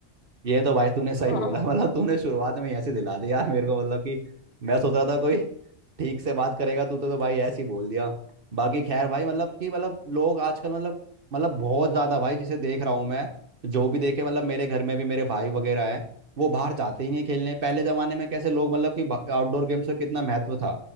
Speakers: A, on the right (about 50°); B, on the left (about 60°).
A: ये तो भाई तूने सही
B: <laughs> हाँ
A: बोला
B: हाँ
A: <laughs> मतलब तूने शुरुआत में ही ऐसे दिला दी यार मेरे को मतलब कि मैं सोच रहा था कोई ठीक से बात करेगा तू तो, तो भाई ऐसे ही बोल दिया बाकी खैर भाई मतलब कि मतलब लोग आजकल मतलब मतलब बहुत ज्यादा भाई जिसे देख रहा हूँ मैं जो भी देखे मतलब मेरे घर में भी मेरे भाई वगैरह हैं वो बाहर जाते ही नहीं खेलने पहले जमाने में कैसे लोग मतलब कि आउटडोर गेम्स का कितना महत्व था